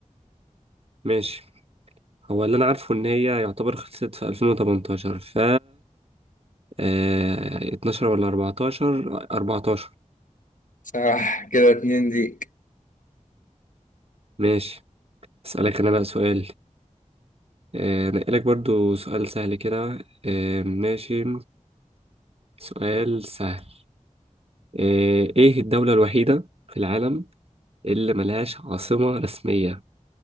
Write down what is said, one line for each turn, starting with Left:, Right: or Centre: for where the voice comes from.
Right: ماشي هو اللي أنا عارفه إن هي يعتبر خلصت في 2018 ف آه، 12 ولا 14 14
Left: صح كده اتنين ليك
Right: ماشي أسألك أنا بقى سؤال آه، نقلك برضو سؤال سهل كده آه، ماشي سؤال سهل آه، إيه الدولة الوحيدة في العالم اللي ملهاش عاصمة رسمية